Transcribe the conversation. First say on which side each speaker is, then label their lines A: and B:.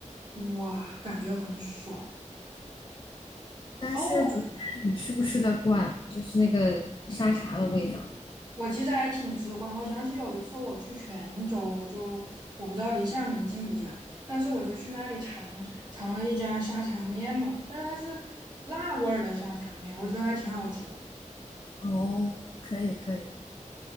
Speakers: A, on the right; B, on the left.
A: 哇，感觉很爽
B: 但是主要看你吃不吃得惯，
A: 哦！
B: 就是那个沙茶的味道。
A: 我其实还挺直观，我想起有一次我去泉州，就我不知道离厦门近不近啊，但是我就去那里尝尝了一家沙茶面嘛，但是它是辣味儿的沙茶面，我觉得还挺好吃的。
B: 哦，可以可以。